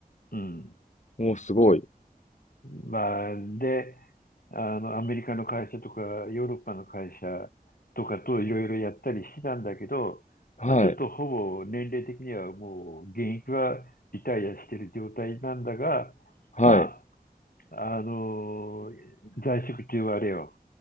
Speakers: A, on the left; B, on the left.
A: うん。
B: もうすごい。
A: まあ、で、あの、アメリカの会社とか、ヨーロッパの会社とかといろいろやったりしてたんだけど、
B: はい、
A: まあ、ちょっとほぼ年齢的にはもう現役はリタイアしてる状態なんだが、
B: はい、
A: まあ、あの、在職中はあれよ、